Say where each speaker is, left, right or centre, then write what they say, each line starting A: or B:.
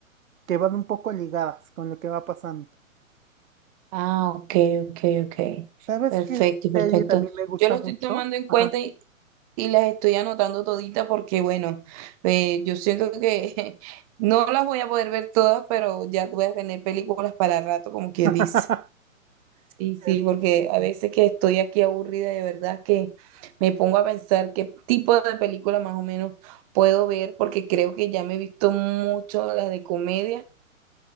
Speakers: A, on the right; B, on the right.
A: que van un poco ligadas con lo que va pasando.
B: Ah, ok, ok, ok.
A: ¿Sabes
B: Perfecto,
A: qué
B: perfecto.
A: serie también me gusta
B: Yo lo estoy
A: mucho?
B: tomando en
A: Ajá.
B: cuenta y, y las estoy anotando toditas porque, bueno, eh, yo siento que <laughs> no las voy a poder ver todas, pero ya voy a tener películas para rato, como quien
A: <laughs>
B: dice. Sí, sí,
A: Este,
B: porque a veces que estoy aquí aburrida, de verdad que me pongo a pensar qué tipo de película más o menos puedo ver, porque creo que ya me he visto mucho las de comedia